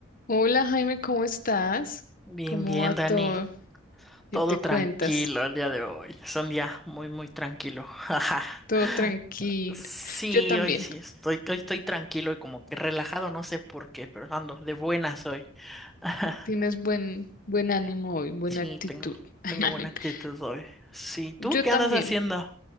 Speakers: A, on the left; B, in the centre.
A: Hola Jaime, ¿cómo estás?
B: Bien,
A: ¿Cómo
B: bien,
A: va todo?
B: Dani.
A: ¿Qué
B: Todo
A: te
B: tranquilo
A: cuentas?
B: el día de hoy. Es un día muy, muy tranquilo. <laughs>
A: Todo tranquilo.
B: Sí,
A: Yo también.
B: hoy sí estoy, hoy estoy tranquilo y como que relajado, no sé por qué, pero ando de buenas hoy. <laughs>
A: Tienes buen, buen ánimo hoy, buena
B: Sí,
A: actitud.
B: tengo,
A: <laughs>
B: tengo buena actitud hoy. Sí, ¿tú
A: Yo
B: qué
A: también.
B: andas haciendo?